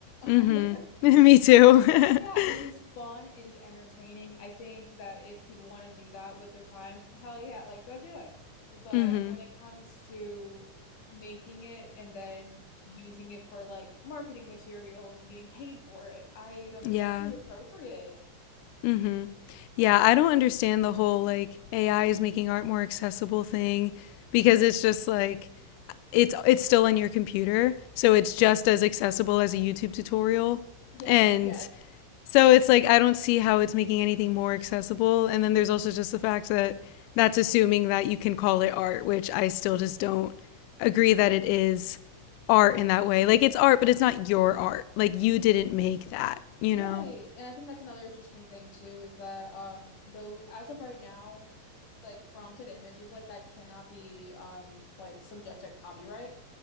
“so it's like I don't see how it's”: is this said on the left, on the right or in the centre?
Left